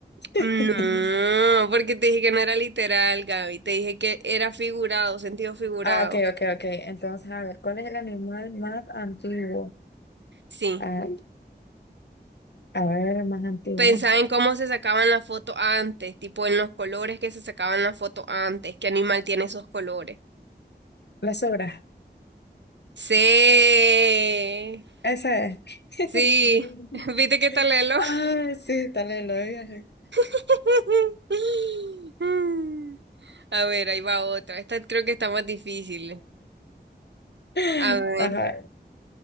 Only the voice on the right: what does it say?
No, porque te dije que no era literal, Gaby, te dije que era figurado, sentido figurado.
Sí.
Pensaba en cómo se sacaban la foto antes, tipo en los colores que se sacaban la foto antes, qué animal tiene esos colores.
Sí,
sí, <laughs> viste qué tal Lelo.
<laughs> A ver, ahí va otra. Esta creo que está más difícil.
A ver,